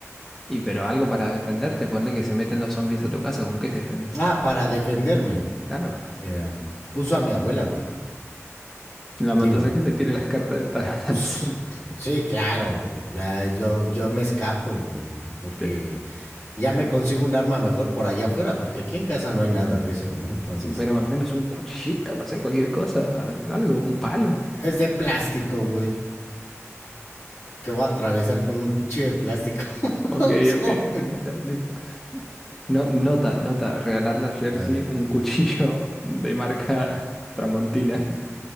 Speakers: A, in the centre; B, on the left.
A: Y pero algo para defenderte, ponle que se meten los zombies a tu casa, ¿con qué te defendes?
B: Ah, para defenderme.
A: Claro,
B: eh, uso a mi abuela, güey.
A: la mandas
B: Digo,
A: a que le tire las cartas del tarot <laughs>
B: pues
A: a los zombies.
B: sí, claro, güey. Ya, yo, yo me escapo, güey, porque
A: Ten-
B: ya me consigo un arma mejor por allá afuera, porque aquí en casa no hay nada de eso, ¿eh? Entonces,
A: Pero al menos un cuchillito, no sé, cualquier cosa, al- algo, un palo.
B: es de plástico, güey, que voy a atravesar con un cuchillo de plástico <laughs>
A: Ok,
B: a un zombie.
A: ok, está, listo, listo. No, nota, nota, regalarle a Jersey
B: A ver,
A: un <laughs> cuchillo de marca Tramontina,